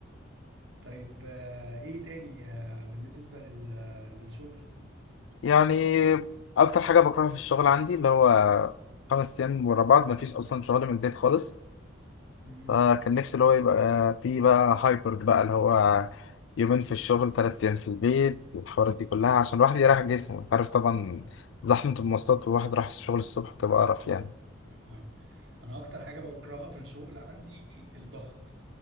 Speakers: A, on the right (about 65°); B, on the left (about 70°).
A: طيب آه، إيه تاني آه، بالنسبة لل- آه، للشغل؟
B: يعني اكتر حاجه بكرهها في الشغل عندي اللي هو خمس ايام ورا بعض مفيش اصلا شغل من البيت خالص
A: مم.
B: فكان نفسي اللي هو يبقى في بقى هايبرد بقى اللي هو يومين في الشغل تلات أيام في البيت الحوارات دي كلها عشان الواحد يريح جسمه أنت عارف طبعا زحمة المواصلات والواحد راح الشغل الصبح بتبقى قرف
A: مم،
B: يعني
A: أنا فاهمك انا اكتر حاجه بكرهها في الشغل عندي الضغط